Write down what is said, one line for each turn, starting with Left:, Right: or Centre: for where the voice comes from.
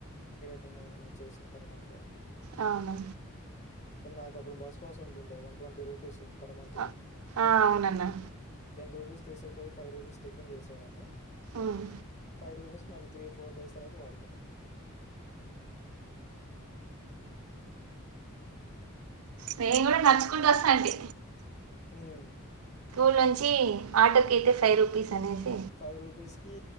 Left: ఇక నేను చేసిన తరుణంలో
Right: అవును
Left: నాకు అప్పుడు బస్ పాస్ ఉంటుండే one twenty rupees per month
Right: అ
Left: కి
Right: ఆ అవునన్నా.
Left: రూపీస్ తీసుకుపోయి ఫైవ్ రూపీస్ టిఫిన్ చేసేవాడిని
Right: హ్మ్.
Left: ఫైవ్ రూపీస్ మళ్ళీ త్రీ ఫోర్ డేస్ తర్వాత వాడుకునేవాడిని.
Right: మేము కూడా నడ్చుకుంటా వస్తాంటి
Left: ఉమ్
Right: స్కూల్ నుంచి ఆటోకి కిట్ ఫైవ్ రూపీస్ అనేసి
Left: ఫైవ్ రూపీస్ కి